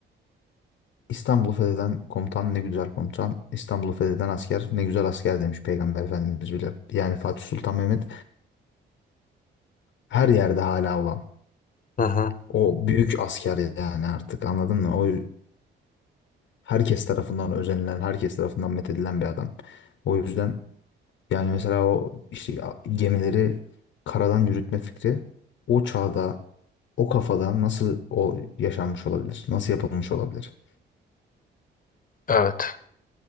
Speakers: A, on the left; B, on the left.
A: İstanbul'u fetheden komutan ne güzel komutan. İstanbul'u fetheden asker ne güzel asker demiş Peygamber Efendimiz bile. Yani Fatih Sultan Mehmet her yerde hala olan.
B: Hı hı.
A: O büyük asker yani artık anladın mı? O herkes tarafından özenilen, herkes tarafından methedilen bir adam. O yüzden Yani mesela o işte a- gemileri karadan yürütme fikri o çağda o kafada nasıl o yaşanmış olabilir? Nasıl yapılmış olabilir?
B: Evet.